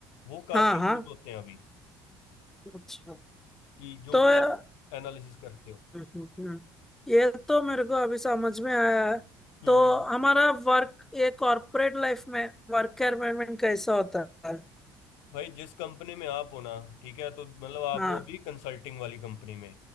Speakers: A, on the left; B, in the centre.
A: वो काफी
B: हाँ हाँ
A: यूज होते हैं अभी
B: अच्छा
A: कि जो
B: तो
A: भी
B: हम्म
A: आप एनालिसिस करते हो
B: हम्म, हम्म, हम्म। ये तो मेरे को अभी समझ में आया है
A: हम्म
B: तो
A: हम्म।
B: हमारा वर्क ये कॉर्पोरेट लाइफ में वर्क एनवायरमेंट कैसा होता है
A: भाई जिस कंपनी में आप हो ना ठीक है तो मतलब आप
B: हाँ
A: हो अभी कंसल्टिंग वाली कंपनी में